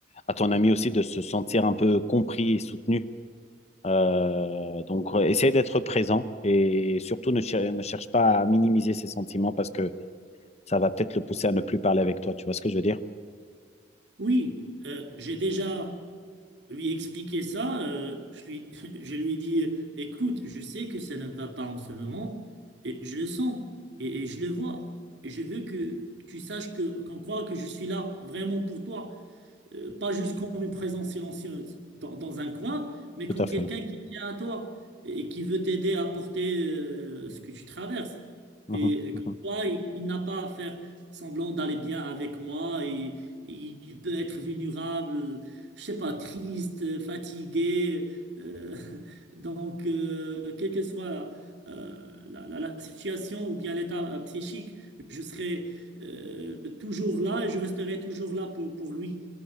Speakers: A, on the left; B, on the right.
A: à ton ami aussi de se sentir un peu compris et soutenu. Euh, donc, euh, essaye d'être présent et surtout ne, cher- ne cherche pas à minimiser ses sentiments parce que ça va peut-être le pousser à ne plus parler avec toi. Tu vois ce que je veux dire?
B: Oui, euh, j'ai déjà lui expliquer ça, euh, je lui, <laughs> je lui ai dit, euh, écoute, je sais que ça ne va pas en ce moment, et je le sens, et, et je le vois, et je veux que tu saches que, qu'on croit que je suis là vraiment pour toi euh, pas juste comme une présence silencieuse dans, dans un coin, mais comme
A: Tout à fait.
B: quelqu'un qui tient à toi et qui veut t'aider à porter euh, ce que tu traverses.
A: Mhm,
B: Et
A: mhm.
B: que toi, il n'a pas à faire semblant d'aller bien avec moi et et il peut être vulnérable, je sais pas, triste, fatigué. euh, <laughs> donc, euh, quelle que soit euh, la, la- la situation ou bien l'état euh, psychique, je serai euh, toujours là et je resterai toujours là pour, pour lui.